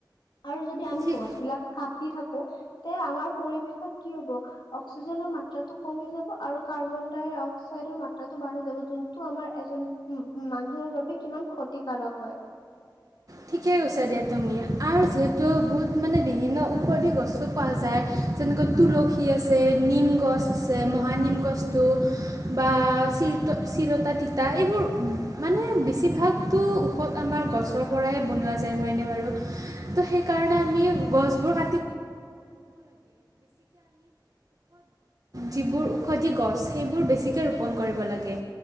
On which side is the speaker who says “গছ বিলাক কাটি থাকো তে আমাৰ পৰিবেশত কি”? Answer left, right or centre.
Left